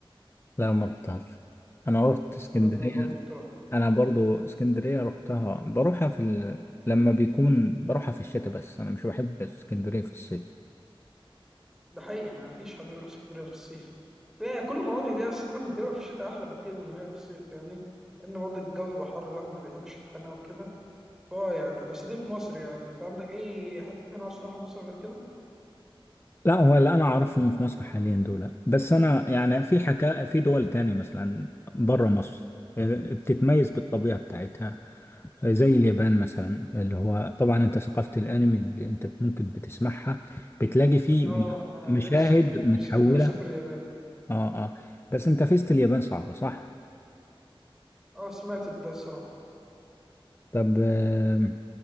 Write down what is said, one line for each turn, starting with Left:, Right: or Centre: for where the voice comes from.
Left: لا ما رحتهاش أنا رحت اسكندرية
Centre: لازم برضه تروح
Left: أنا برضه اسكندرية رحتها بروحها في ال... لما بيكون بروحها في الشتاء بس أنا مش بحب اسكندرية في الصيف
Centre: ده حقيقي ما فيش حد بيروح اسكندريه في الصيف يعني كل المناطق دي اساسا بتبقى في الشتاء احلى بكتير من هي في الصيف يعني لان برضه الجو بيبقى حر الواحد ما بيحبش الخناقه وكده اه يعني بس دي في مصر يعني انت عندك اي حته هنا عاوز تروحها في مصر غير كده
Left: لا هو اللي انا اعرفهم في مصر حاليا دول بس انا يعني في حكا في دول تاني مثلا بره مصر آه، بتتميز بالطبيعة بتاعتها آه، زي اليابان مثلا اللي هو طبعا انت ثقافة الانمي اللي انت ممكن بتسمعها بتلاقي فيه
Centre: اه انا
Left: مشاهد
Centre: نفسي نفسي
Left: متحولة
Centre: جدا اسافر اليابان
Left: اه اه بس انت فيست اليابان صعبة صح
Centre: اه سمعت ده الصراحه
Left: طب آه،